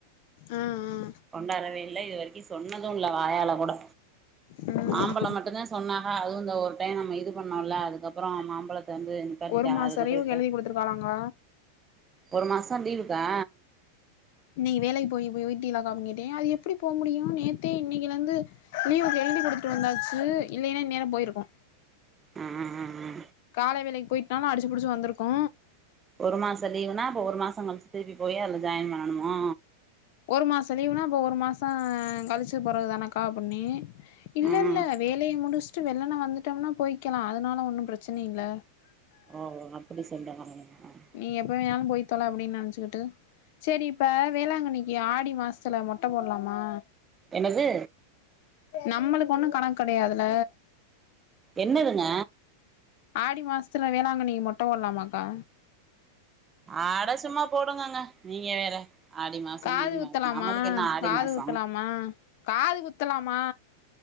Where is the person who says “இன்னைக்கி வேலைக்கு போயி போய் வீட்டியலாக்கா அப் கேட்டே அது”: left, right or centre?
Left